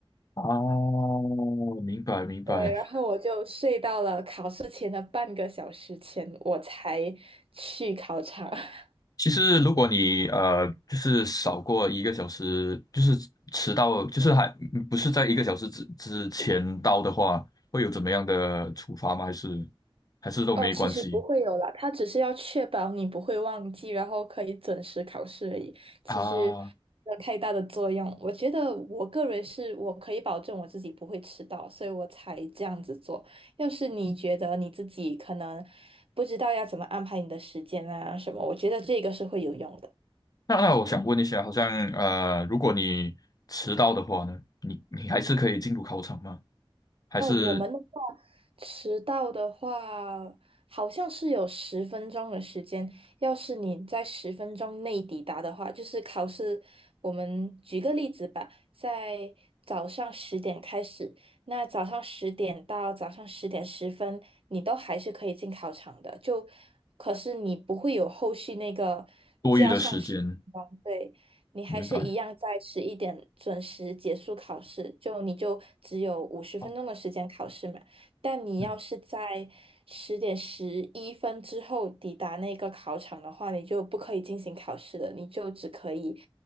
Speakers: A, on the left; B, on the right.
A: 哦，明白明白。
B: 对，然后我就睡到了考试前的半个小时前，我才去考场。<laughs>
A: 其实，如果你呃，就是少过一个小时，就是迟到，就是还不是在一个小时之之前到的话，会有怎么样的处罚吗？还是还是都没关系
B: 哦，其实不会有啦，他只是要确保你不会忘记，然后可以准时考试而已。其实
A: 啊？
B: 没有太大的作用。我觉得我个人是我可以保证我自己不会迟到，所以我才这样子做。要是你觉得你自己可能不知道要怎么安排你的时间啊什么，我觉得这个是会有用的。
A: 那那我想问一下，好像呃，如果你迟到的话呢，你你还是可以进入考场吗？还是
B: 哦，我们的话，迟到的话，好像是有十分钟的时间。要是你在十分钟内抵达的话，就是考试。我们举个例子吧，在早上十点开始，那早上十点到早上十点十分，你都还是可以进考场的。就，可是你不会有后续那个加上十分钟，
A: 多余的时间？
B: 对。你还是一样在十一点准时结束考试，
A: 明白？
B: 就你就只有五十分钟的时间考试嘛。
A: 哦
B: 但你要是在十点十一分之后抵达那个考场的话，
A: 嗯，
B: 你就不可以进行考试了，你就只可以，